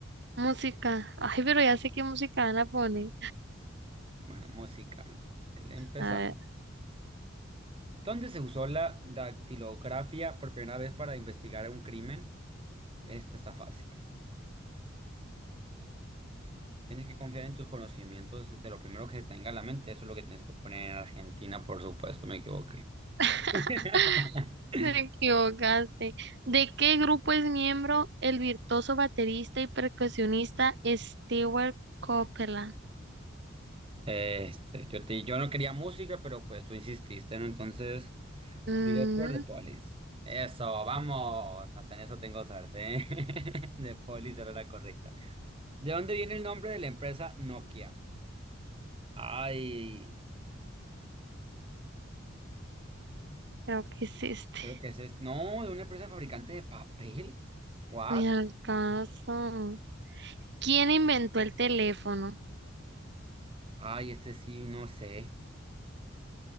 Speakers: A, on the right; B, on the right.
A: Música. Ay, pero ya sé qué música van a poner.
B: Bueno, música. Le empezamos.
A: A ver,
B: ¿Dónde se usó la dactilografía por primera vez para investigar un crimen? Esta está fácil. Tienes que confiar en tus conocimientos de lo primero que tenga en la mente. Eso es lo que tienes que poner en Argentina, por supuesto, me equivoqué.
A: <laughs>
B: <laughs>
A: me equivocaste. ¿De qué grupo es miembro el virtuoso baterista y percusionista Stewart Copeland?
B: Este, yo te, yo no quería música, pero pues tú insististe, ¿no? Entonces,
A: Mm,
B: diré por The Police. Eso, vamos. Hasta en eso tengo suerte. ¿eh? <laughs> The Police era la correcta. ¿De dónde viene el nombre de la empresa Nokia? Ay,
A: creo que es este.
B: creo que ese es. este. No, de una empresa fabricante de papel. ¿What?
A: Ni al caso. ¿Quién inventó el teléfono?
B: Ay, este sí, no sé.